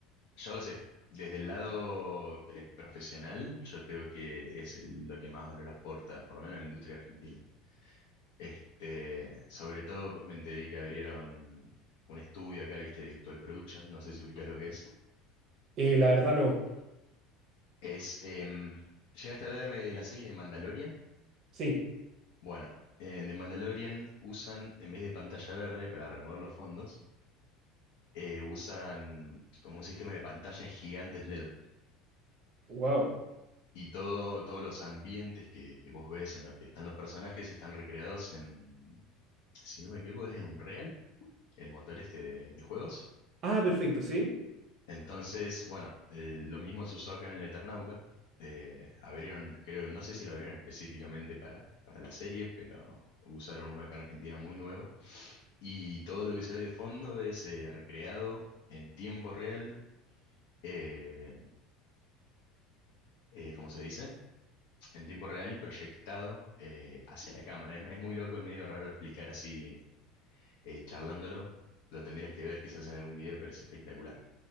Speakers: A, on the left (about 75°); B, on the right (about 40°).
A: Yo no sé, desde el lado eh, profesional, yo creo que es el- lo que más valor aporta, por lo menos en la industria argentina. Este, sobre todo me enteré que abrieron un estudio acá, ¿viste? De Virtual Production, no sé si ubicas lo que es.
B: Eh, la verdad no.
A: Es, em, ¿llegaste a ver eh, la serie de Mandalorian?
B: Sí,
A: Bueno, en The Mandalorian usan, en vez de pantalla verde para remover los fondos, eh, usan como un sistema de pantallas gigantes LED.
B: wow.
A: Y todo, todos los ambientes que, que vos ves en los que están los personajes están recreados en, si no me equivoco, es en Unreal, el motor este de, de juegos.
B: Ah, perfecto, sí.
A: Entonces, bueno, eh, lo mismo se usó acá en el Eternauta. Eh, abrieron, creo, no sé si lo abrieron específicamente para, para la serie, pero usaron uno acá en Argentina muy nuevo Y todo lo que se ve de fondo es eh, recreado en tiempo real, eh, eh, ¿cómo se dice? En tiempo real y proyectado eh, hacia la cámara. Es, es muy loco, es medio raro explicar así, eh, charlándolo. Lo tendrías que ver quizás en algún video, pero es espectacular.